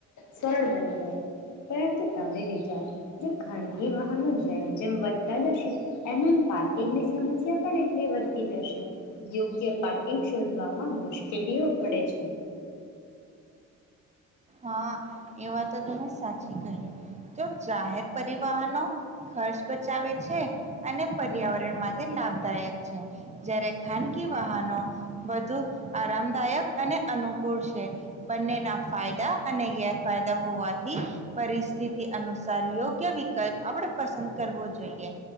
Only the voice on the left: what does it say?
સરળ બની જાય છે પરંતુ તમે વિચારો જો ખાનગી વાહનો જેમ જેમ વધતા જશે એમ એમ પાર્કિંગની સમસ્યા પણ એટલી વધતી જશે યોગ્ય પાર્કિંગ શોધવામાં મુશ તે લેવો પડે છે.